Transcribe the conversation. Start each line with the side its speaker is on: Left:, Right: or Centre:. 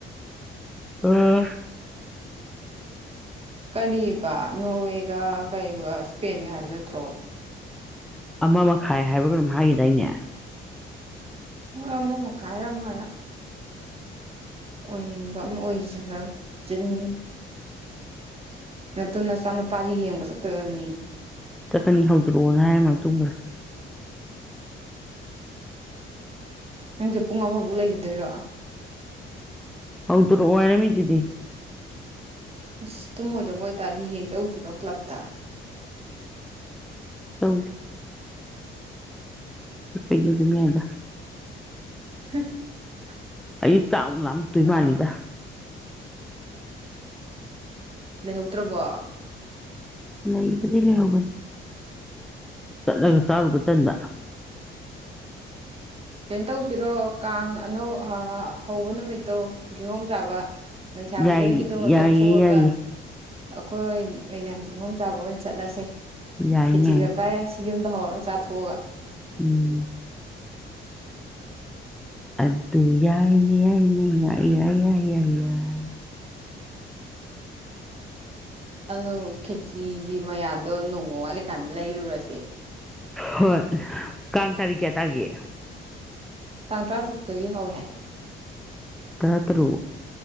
Centre: ꯎꯝ
Right: ꯀꯔꯤꯕ ꯅꯣꯔꯋꯦꯒ ꯀꯔꯤꯒ ꯏꯁꯄꯦꯟꯒ ꯍꯥꯏꯕ ꯅꯠꯇ꯭ꯔꯣ
Centre: ꯑꯃ ꯃꯈꯥꯏ ꯍꯥꯏꯕꯒ ꯑꯗꯨꯝ ꯍꯥꯏꯈꯤꯗ ꯑꯩꯅꯦ
Right: ꯑꯃ ꯃꯈꯥꯏꯔꯝ ꯍꯥꯏꯔꯛ ꯑꯣꯏꯅꯤꯡꯕ ꯑꯃ ꯑꯣꯏꯖꯔꯛ ꯆꯅꯤ ꯑꯗꯨ ꯅꯆꯥꯅꯨꯄꯥꯗꯤ ꯌꯦꯡꯕ ꯆꯠꯇꯣꯏꯅꯤ
Centre: ꯆꯠꯀꯅꯤ ꯍꯧꯗ꯭ꯔꯛꯑꯣꯅ ꯍꯥꯏꯔ ꯃꯇꯨꯡꯗ
Right: ꯅꯪꯁꯦ ꯄꯨꯡ ꯑꯃꯐꯥꯎꯛ ꯂꯩꯈꯤꯗꯣꯏꯔꯣ
Centre: ꯍꯧꯥꯎ ꯇꯔ ꯋꯥ ꯍꯥꯏꯅ ꯃꯤꯇꯗꯤꯤ
Right: ꯏꯁꯁ ꯇꯨꯝꯃꯣꯏꯗꯕ ꯑꯣꯏꯇꯥꯔꯗꯤ ꯌꯦꯡꯖꯎꯁꯤꯔꯣ ꯀ꯭ꯂꯞꯇ
Centre: ꯍ ꯎꯄꯒꯤ ꯑꯗꯨꯅꯗ
Right: <inaudible>
Centre: ꯑꯩ ꯆꯥꯛ ꯑꯃꯨꯛ ꯂꯥꯝꯃꯛꯇꯣꯏ ꯃꯥꯜꯂꯤꯗ
Right: ꯂꯩꯍꯧꯗ꯭ꯔꯕꯣ
Centre: ꯂꯩꯕꯗꯤ ꯂꯩꯍꯧꯒꯅꯤ ꯆꯠꯂꯒ ꯆꯥꯔꯨꯕ ꯇꯟꯗ
Right: ꯀꯩꯅꯣ ꯇꯧꯁꯤꯔꯣ ꯀꯥꯡ ꯑꯅꯧ ꯍꯧꯕ ꯅꯨꯃꯤꯠꯇꯣ ꯤꯍꯣꯝ ꯆꯥꯕ ꯂꯩꯁꯥꯕꯤꯈꯩꯒꯤꯗꯣ
Centre: ꯌꯥꯏ ꯌꯥꯏꯌꯦ
Right: ꯇꯣꯛꯊꯣꯛꯑꯒ
Centre: ꯌꯥꯏꯌꯦ
Right: ꯑꯩꯈꯣꯏ ꯑꯣꯏꯅ ꯀꯤꯍꯣꯝ ꯆꯥꯕ ꯑꯣꯏꯅ ꯆꯠꯂꯁꯦ
Centre: ꯌꯥꯏꯅꯦ
Right: ꯈꯦꯆꯤ ꯈꯛꯇꯥꯏꯔ ꯌꯨꯝ ꯍꯔ ꯆꯥꯠ ꯍꯒ
Centre: ꯎꯝ ꯑꯗꯨ ꯑꯗꯨ ꯌꯥꯏꯅꯦ ꯌꯥꯏꯅꯦ ꯌꯥꯏ ꯌꯥꯏ ꯌꯥꯏ ꯌꯥꯏ ꯌꯥꯏ
Right: ꯑꯗꯣ ꯀꯦꯖꯤꯒꯤ ꯃꯌꯥꯗꯣ ꯅꯣꯡꯃ ꯋꯥꯠꯂꯤꯀꯥꯟꯗ ꯂꯩꯔꯨꯔꯁꯦ
Centre: ꯍꯣꯏ ꯀꯥꯡ ꯇꯥꯔꯤꯛꯀꯤꯌꯥꯇꯥꯒꯤ
Right: ꯇꯥꯡ ꯇꯔꯥꯇꯔꯨꯛꯇꯒꯤ ꯍꯧꯋꯦ ꯍꯥꯏ
Centre: ꯇꯔꯥ ꯇꯔꯨꯛ